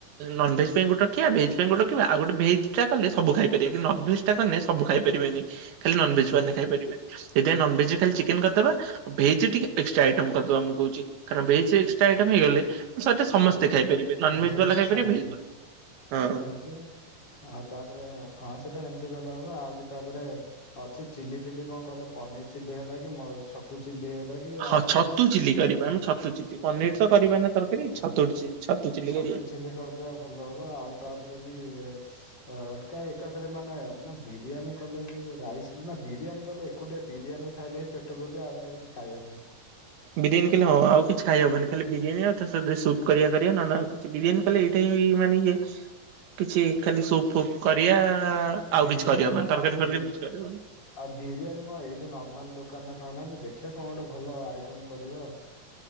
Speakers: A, on the right (about 85°); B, on the left (about 25°).
A: ନନଭେଜ୍ ପାଇଁ ଗୋଟ ରଖିବା, ଭେଜ ପାଇଁ ଗୋଟ ରଖିବା। ଆଉ ଗୋଟେ ଭେଜ୍ ଟା କଲେ ସବୁ ଖାଇପାରିବା ନନଭେଜ୍ ଟା କଲେ ସବୁ ଖାଇପାରିବେନି, ଖାଲି ନନଭେଜ୍
B: ହୁଁ ହୁଁ
A: ମାନେ ଖାଇପାରିବେ। ସେଇଥିପାଇଁ ନନଭେଜ୍ ରେ ଖାଲି ଚିକେନ୍ କରିଦବା। ଭେଜ୍ ରେ ଟିକେ ଏକ୍ସ୍ ଟ୍ରା ଆଇଟମ୍ କରିଦବା ମୁଁ କହୁଛି, କାରଣ ଭେଜ୍ ରେ ଟା ଆଇଟମ୍ ହେଇଗଲେ ସେଇଟା ସମସ୍ତେ
B: ହଁ
A: ଖାଇପାରିବେ,
B: ହଁ
A: ନନ୍ଭେଜ
B: ଭେଜ
A: ବାଲା
B: ରେ
A: ଖାଇପାରିବେ
B: ସମସ୍ୟା
A: ଭେଜ ବାଲା ହଁ।
B: <unintelligible> ଆଉ ତାପରେ ହଁ ସେଟା ସେମିତି କଲେ ହବ, ଆଉ ବି ତାପରେ ଅଛି ଚିଲି ଫିଲି କଣ କଲେ, ପନିର ଚିଲି ହେଇଗଲା କି, ଛତୁ ଚିଲି ହେଲା କି
A: ହଁ
B: ଆଉ କଣ
A: ଛତୁ
B: ଏମିତି
A: ଚିଲି କରିବା, ଆମେ ଛତୁ ଚିଲି। ପନିର୍ ତ କରିବା ନା ତରକାରୀ। ଛତୁ
B: ହୁଁ
A: ଚିଲି ଚିଲି
B: ଛତୁ
A: କରିବା।
B: ଚିଲି କରିଦବା ଭଲ ହବ, ଆଉ ତାପରେ ବି ଅ କାଇଁ ଏକାଥରେ ମାନେ ନା ବିରିୟାନୀ କଲେ ବି, ରାଇସ୍ ନା ବିରିୟାନୀ କଲେ ଏ ଏକୁଟିଆ ବିରିୟାନୀ ଖାଇଲେ ବି ପେଟ ପୁରିଯିବ, ଆଉ ସେଗୁରା କିଛି ଖାଇହବନି।
A: ବିରିୟାନୀ ଖାଇଲେ ହଁ ଆଉ କିଛି ଖାଇହବନି, ଖାଲି ବିରିୟାନୀ ଆଉ ତା ସହିତ ସୁପ୍ କରିଆ କରିଆ ନହେଲେ ଆଉ ସେ ବିରିୟାନୀ କଲେ ଏଇଟା ହି ମାନେ ଇଏ, କିଛି ଖାଲି ସୁପ୍ ଫୁପ୍ କରିଆ ଆଉ
B: ବିରିୟାନୀ
A: କିଛି କରିହବନି,
B: କଣ
A: ତରକାରୀ
B: ନ
A: ଫରକାରୀ
B: ବି
A: କିଛି କରିହବନି।
B: ଆଉ ବିରିୟାନୀ କଣ ଏଇଠି ନର୍ମାଲ ଦୋକାନରେ ଖାଉନାହାନ୍ତି, ଦେଖିବା କଣ ଗୋଟେ ଭଲ ଆଇଟମ କରିବା ଆଉ।